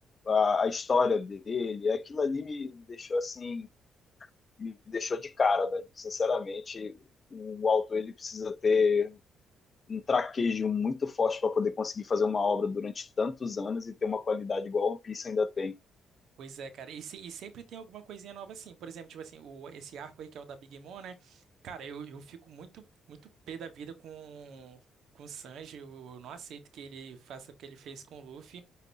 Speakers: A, on the left; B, on the right.
A: a, a história dele, aquilo ali me, me deixou assim, me deixou de cara, velho. Sinceramente, o autor ele precisa ter um traquejo muito forte para poder conseguir fazer uma obra durante tantos anos e ter uma qualidade igual a One Piece ainda tem.
B: Pois é, cara. E, se- e sempre tem alguma coisinha nova assim. Por exemplo, tipo assim, o, esse arco aí que é o da Big Mom, né? Cara, eu, eu fico muito, muito pé da vida com, com o Sanji. Eu, eu não aceito que ele faça o que ele fez com o Luffy.